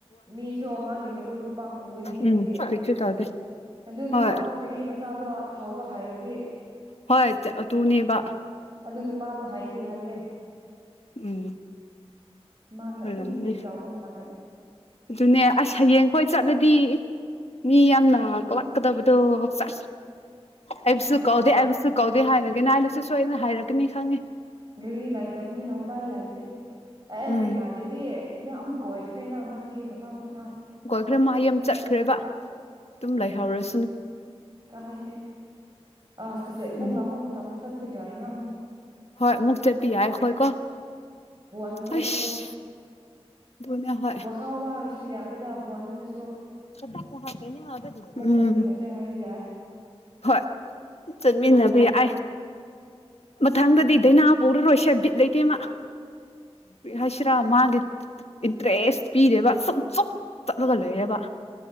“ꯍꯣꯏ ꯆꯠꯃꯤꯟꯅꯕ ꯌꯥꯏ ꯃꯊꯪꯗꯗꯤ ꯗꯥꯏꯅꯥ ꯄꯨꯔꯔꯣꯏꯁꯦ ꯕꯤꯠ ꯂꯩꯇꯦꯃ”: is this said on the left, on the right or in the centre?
Left